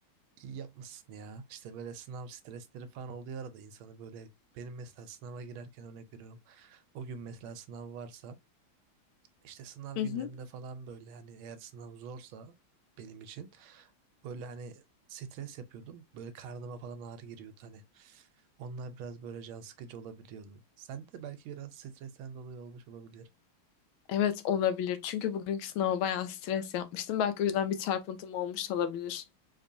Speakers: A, on the right; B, on the left.
A: İyi yapmışsın ya. İşte böyle sınav stresleri falan oluyor arada insanı böyle benim mesela sınava girerken örnek veriyorum. O gün mesela sınav varsa işte sınav
B: Hı
A: günlerinde
B: hı.
A: falan böyle hani eğer sınav zorsa benim için böyle hani stres yapıyordum. Böyle karnıma falan ağrı giriyordu hani. Onlar biraz böyle can sıkıcı olabiliyordu. Sen de belki biraz stresten dolayı olmuş olabilir.
B: Evet olabilir. Çünkü bugünkü sınava bayağı stres yapmıştım. Belki o yüzden bir çarpıntım olmuş olabilir.